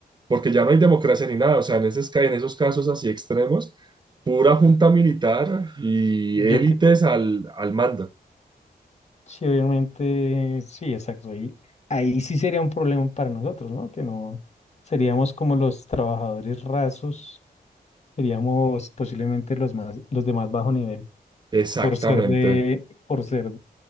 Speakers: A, on the right (about 25°); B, on the left (about 40°).
A: porque ya no hay democracia ni nada, o sea, en, esos, en esos casos así extremos, pura junta militar y
B: Yo,
A: élites
B: cre-
A: al, al mando.
B: Sí, obviamente, sí, exacto. Ahí, ahí sí sería un problema para nosotros, ¿no? Que no seríamos como los trabajadores rasos, seríamos posiblemente los más, los de más bajo nivel,
A: Exactamente,
B: por ser de, por ser,